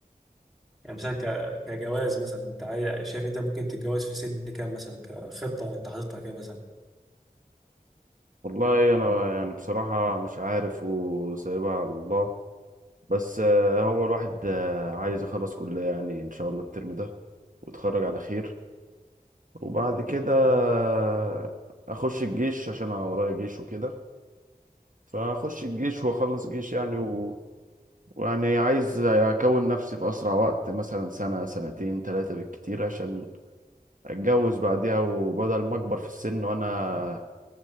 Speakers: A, in the centre; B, on the right (about 60°).
A: يعني مثلا ك... كجواز مثلا انت عاي... شايف انت ممكن تتجوز في سن كام مثلا كخطه انت حاططها كده مثلا
B: والله انا يعني بصراحه مش عارف وسايبها على الله بس آه، هو الواحد آه، عايز يخلص كلية يعني إن شاء الله الترم ده ويتخرج على خير وبعد كده آه، أخش الجيش عشان أنا ورايا جيش وكده فأخش الجيش وأخلص جيش يعني و... ويعني عايز أكون نفسي في أسرع وقت مثلا سنة سنتين تلاتة بالكتير عشان أتجوز بعديها وبدل ما أكبر في السن وأنا